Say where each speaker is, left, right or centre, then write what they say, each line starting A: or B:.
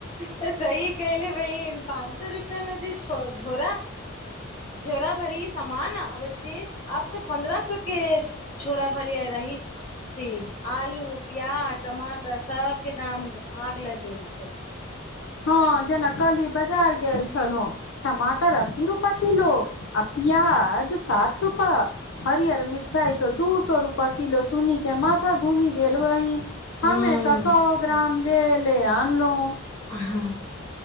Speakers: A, on the left; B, on the left.
A: तऽ सही कहलियै बहिन पाँच सए रुपए मे जे झो झोरा झोरा भरी समान आबै छी आब तऽ पन्द्रह सौ के झोरा भरि आय रही। छी, आलू, प्याज, टमाटर सबके दाम आग लगले छै।
B: हँ जेना कल ही बजार गेल छलहुँ। टमाटर अस्सी रुपए किलो आ पिआज साठ रुपये। हरिअर मिरचाइ त दू सौ रुपया किलो सुनी के माथा घूमी गेल वही
A: हूँ
B: हमे तऽ सौ ग्राम ले ले आनलहु।
A: हां।